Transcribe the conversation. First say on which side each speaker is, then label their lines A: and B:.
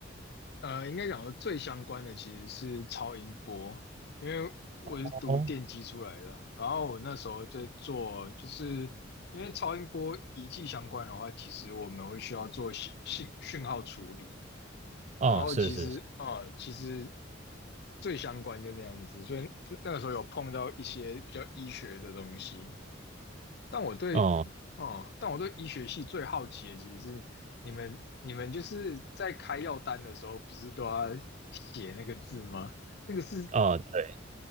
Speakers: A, on the left; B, on the right.
A: 呃，应该讲说最相关的其实是超音波，因为我是读电机出来的。
B: 哦，
A: 然后我那时候在做，就是因为超音波仪器相关的话，其实我们会需要做信信讯号处理。
B: 哦，
A: 然后其实啊、
B: 是是是，
A: 呃其实最相关就那样子，所以那个时候有碰到一些比较医学的东西。但我对医，
B: 哦，
A: 哦，但我对医学系最好奇的其实是你们，你们就是在开药单的时候，不是都要写那个字吗？那个是，
B: 哦，对，